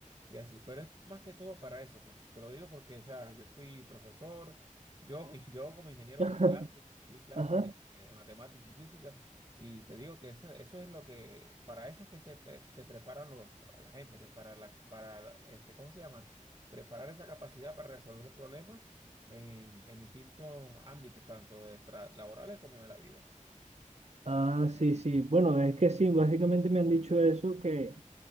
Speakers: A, on the right (about 35°); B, on the right (about 55°).
A: y así. Pero es más que todo para eso, pues. Te lo digo porque, o sea, yo fui profesor, yo, <laughs> y yo como ingeniero
B: <laughs>
A: di clases, di clases
B: ajá.
A: de, de matemática y física y te digo que eso, eso es lo que, para eso es que se, pre- se preparan los, a la gente, pues para la, para, este, ¿cómo se llama? Preparar esa capacidad para resolver problemas en, en distintos ámbitos, tanto de tra- laborales como de la vida.
B: Ah, sí, sí, bueno, es que sí, básicamente me han dicho eso, que